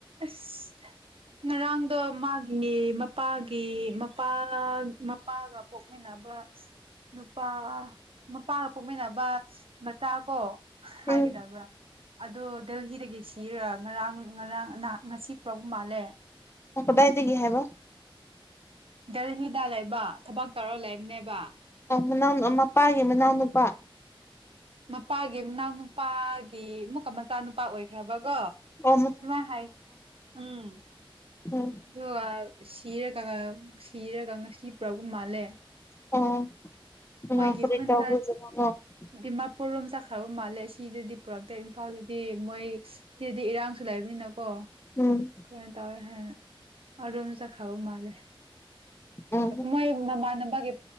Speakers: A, on the right (about 75°); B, on the left (about 25°).
A: ꯑꯁ ꯉꯔꯥꯡꯗꯣ ꯃꯥꯒꯤꯅꯦ ꯃꯄꯥꯒꯤ ꯒꯤ ꯃꯄꯥ ꯃꯄꯥꯒ ꯄꯣꯛꯃꯤꯟꯅꯕ ꯅꯨꯄꯥ ꯃꯄꯥꯒ ꯄꯣꯛꯃꯤꯟꯅꯕ ꯃꯆꯥ ꯀꯣ
B: ꯎꯝ
A: ꯍꯥꯏꯒꯗꯕ꯭ꯔꯥ ꯑꯥꯗꯣ ꯗꯦꯜꯍꯤꯗꯒꯤ ꯁꯤꯔꯥꯒ ꯉꯔꯥꯡ ꯉꯔꯥꯡ ꯅꯥ ꯉꯁꯤ ꯄꯨꯔꯛꯄꯥ ꯃꯥꯜꯂꯦ
B: ꯀꯗꯥꯏꯗꯒꯤ ꯍꯥꯏꯕ
A: ꯗꯦꯜꯍꯤꯗ ꯂꯩꯕ ꯊꯕꯛ ꯇꯧꯔ ꯂꯩꯕꯅꯦꯕ
B: ꯑꯣ ꯃꯅꯥꯎ ꯃꯄꯥꯒꯤ ꯃꯅꯥꯎ ꯅꯨꯨꯄꯥ
A: ꯃꯄꯥꯒꯤ ꯃꯅꯥꯎ ꯅꯨꯄꯥ ꯀꯤ ꯃꯨꯛꯀ ꯃꯆꯥꯅꯨꯄꯥ ꯑꯣꯏꯈ꯭ꯔꯕꯒꯣ
B: ꯑꯣ
A: ꯑꯗꯨꯃꯥꯏꯅ ꯍꯥꯏ ꯎꯝ
B: ꯎꯝ
A: ꯑꯗꯨ ꯑꯥ ꯁꯤꯔꯒ ꯁꯤꯔꯒ ꯉꯁꯤ ꯄꯨꯔꯛꯄꯥ ꯃꯥꯜꯂꯦ
B: <unintelligible>
A: ꯃꯣꯏꯒꯤ ꯈꯨꯟꯗ ꯗꯤꯃꯥꯄꯨꯔ ꯔꯣꯝ ꯆꯠꯈ꯭ꯔꯕ ꯃꯥꯜꯂꯦ ꯑꯁꯤꯗꯗꯤ ꯄꯨꯔꯛꯇꯦ ꯏꯝꯐꯥꯜꯗꯗꯤ ꯃꯣꯏ ꯁꯤꯗꯤ ꯏꯔꯥꯡꯁꯨ ꯂꯩꯕꯅꯤꯅꯀꯣ
B: ꯎꯝ
A: ꯀꯩꯅꯣ ꯇꯧꯋꯦ ꯍꯥꯏ ꯑꯗꯨꯝ ꯆꯠꯈ꯭ꯔꯕ ꯃꯥꯜꯂꯦ
B: ꯎꯝ
A: ꯃꯣꯏ ꯃꯃꯥꯟꯅꯕꯒꯤ